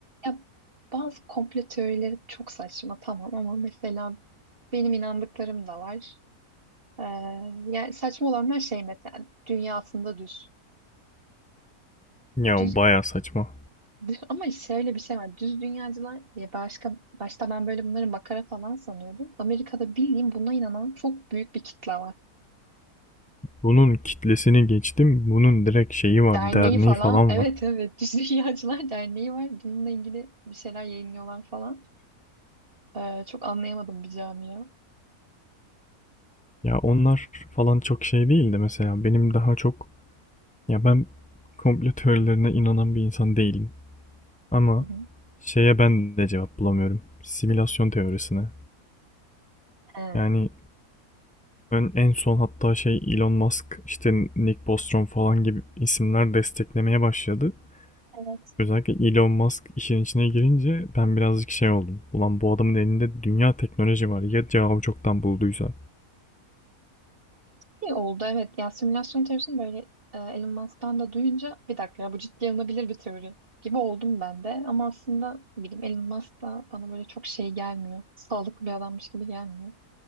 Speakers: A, on the right (about 35°); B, in the centre.
A: Ya bazı komplo teorileri çok saçma tamam ama mesela benim inandıklarım da var. Ee, yani saçma olanlar şey mesela dünya aslında düz.
B: Ya
A: Düz
B: o baya saçma.
A: <laughs> ama şöyle bir şey var. Düz dünyacılar ya başka başta ben böyle bunları makara falan sanıyordum. Amerika'da bildiğim buna inanan çok büyük bir kitle var.
B: Bunun kitlesini geçtim. Bunun direkt şeyi var.
A: Derneği
B: Derneği
A: falan.
B: falan
A: Evet
B: var.
A: evet <laughs> Düz Dünyacılar Derneği var. Bununla ilgili bir şeyler yayınlıyorlar falan. Ee, çok anlayamadım bir camia.
B: Ya onlar falan çok şey değil de mesela benim daha çok ya ben komplo teorilerine inanan bir insan değilim. Ama
A: Hı hı.
B: şeye ben de cevap bulamıyorum. Simülasyon teorisine.
A: He.
B: Yani ben en son hatta şey Elon Musk işte Nick Bostrom falan gibi isimler desteklemeye başladı.
A: Evet.
B: Özellikle Elon Musk işin içine girince ben birazcık şey oldum. Ulan bu adamın elinde dünya teknoloji var. Ya cevabı çoktan bulduysa.
A: İyi oldu evet. Ya simülasyon teorisini böyle e, Elon Musk'tan da duyunca bir dakika ya bu ciddiye alınabilir bir teori gibi oldum ben de. Ama aslında ne bileyim Elon Musk da bana böyle çok şey gelmiyor. Sağlıklı bir adammış gibi gelmiyor.